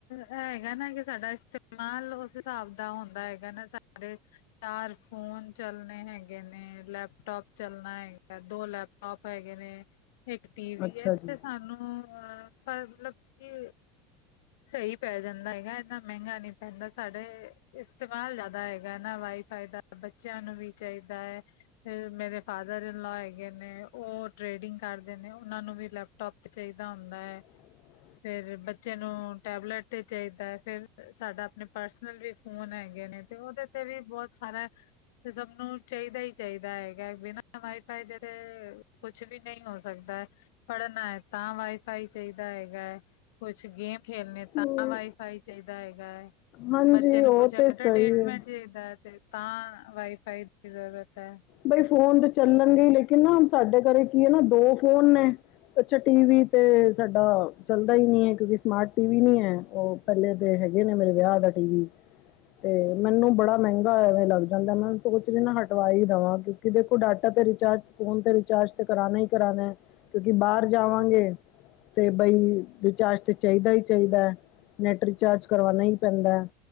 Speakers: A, on the left; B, on the left.
A: ਹੈਗਾ ਨਾ ਕਿ ਸਾਡਾ ਇਸਤੇਮਾਲ ਉਸ ਹਿਸਾਬ ਦਾ ਹੁੰਦਾ ਹੈਗਾ ਨਾ ਸਾਰੇ। ਚਾਰ ਫੋਨ ਚੱਲਣੇ ਹੈਗੇ ਨੇ ਲੈਪਟੋਪ ਚੱਲਣਾ ਹੈਗਾ ਦੋ ਲੈਪ ਟੋਪ ਹੈਗੇ ਨੇ ਇੱਕ। ਟੀ ਵੀ
B: ਅੱਛਾ
A: ਹੈ
B: ਜੀ
A: ਸਾਨੂੰ। ਅ ਮਤਲਬ ਕਿ। ਸਹੀ ਪੈ ਜਾਂਦਾ ਹੈਗਾ। ਇੰਨਾ ਮਹਿੰਗਾ ਨਹੀ ਪੈਂਦਾ। ਸਾਡੇ ਇਸਤੇਮਾਲ ਜ਼ਿਆਦਾ ਹੈਗਾ ਨਾ ਵਾਈਫਾਈ ਦਾ। ਬੱਚਿਆਂ ਨੂੰ ਵੀ ਚਾਹੀਦਾ ਹੈ। ਫਿਰ ਮੇਰੇ ਫਾਦਰ ਇਨਲੋ ਹੈਗੇ ਨੇ। ਉਹ ਟ੍ਰੇਡਿੰਗ ਕਰਦੇ ਨੇ। ਉਹਨਾਂ ਨੂੰ ਵੀ ਲੈਪ। ਟੋਪ ਚਾਹੀਦਾ ਹੁੰਦਾ ਹੈ।
B: ਹਾਂ।
A: ਫਿਰ ਬੱਚੇ ਨੂੰ ਟੈਬਲੇਟ ਤੇ ਚਾਹੀਦਾ ਹੈ। ਫ਼ਿਰ ਸਾਡਾ ਆਪਣੇ ਪਰਸਨਲ ਵੀ। ਫੋਨ ਹੈਗੇ ਨੇ। ਤੇ ਉਹਦੇ ਤੇ ਵੀ ਬਹੁਤ ਸਾਰਾ। ਸਭ ਨੂੰ ਚਾਹੀਦਾ ਹੀ ਚਾਹੀਦਾ ਹੈਗਾ। ਬਿਨਾਂ ਵਾਾਈ ਫਾਈ ਦੇ ਤੇ ਕੁਛ ਵੀ ਨਹੀਂ ਹੋ ਸਕਦਾ। ਪੜ੍ਹਨਾ ਹੈ ਤਾਂ ਵਾਈਫਾਈ ਚਾਹੀਦਾ ਹੈਗਾ। ਹੈ ਕੁਛ ਗੇਮ। ਖੇਲਣੇ
B: ਜੀ
A: ਤਾਂ ਵਾਈਫਾਈ ਚਾਈਦਾ ਹੈਗਾ।
B: ਹਾਂਜੀ
A: ਬੱਚੇ ਨੂੰ
B: ਉਹ
A: ਕੁਛ ਇਨਟਰਡੇਟਮੇਟ
B: ਤੇ ਸਹੀ ਹੈ
A: ਚਾਈਦਾ ਤੇ ਵਾਈਫਾਈ ਦੀ ਜ਼ਰੂਰਤ ਐ।
B: ਬਈ ਫੋਨ ਤਾਂ ਚੱਲਣਗੇ ਲੇਕਿਨ ਨਾ ਸਾਡੇ ਘਰੇ ਕੀ ਐ ਨਾ ਦੋ ਫੋਨ ਨੇ। ਅੱਛਾ। ਟੀ ਵੀ ਤੇ ਸਾਡਾ ਚੱਲਦਾ ਹੀ ਨਹੀਂ ਹੈ। ਕਿਉਂਕਿ ਸਮਾਰਟ ਟੀ ਵੀ ਨ ਹੈ ਉਹ। ਪਹਿਲੇ ਦੇ ਹੈਗੇ ਨੇ ਮੇਰੇ ਵਿਆਹ ਦਾ। ਟੀ ਵੀ ਤੇ ਮੈਨੂੰ ਬੜਾ ਮਹਿੰਗਾ ਹੋਇਆ। ਲੱਗ ਜਾਂਦਾ। ਮੈਨੂੰ ਸੋਚ 'ਚ ਨਾ ਹਟਵਾਈ। ਦੇਵਾ ਕਿਉਂਕਿ ਦੇਖੋ। ਡਾਟਾ ਤੇ ਰਿਚਾਰਜ। ਫੋਨ ਤੇ ਰਿਚਾਰਜ ਤੇ ਕਰਾਣਾ ਹੀ ਕਰਾਣਾ ਹੈ। ਕਿਉਂਕਿ ਬਾਹਰ ਜਾਵਾਂਗੇ। ਤੇ ਬਈ ਵਿਚਾਰ ਤੇ ਚਾਹੀਦਾ ਹੀ ਚਾਹੀਦਾ ਹੈ। ਨੈਟ ਰਿਚਾਰਜ ਕਰਵਾਉਣਾ ਹੀ ਪੈਂਦਾ ਹੈ।